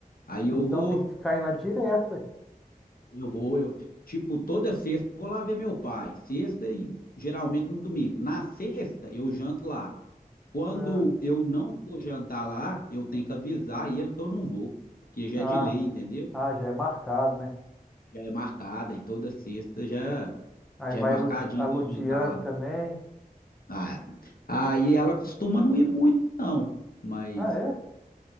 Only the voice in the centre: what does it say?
Então
tem que ficar indo lá direta.
Ah,
ah,
ah, já é marcado, né?
Aí
vai
a, Ludi, a Ludiane
também.
Ah, é?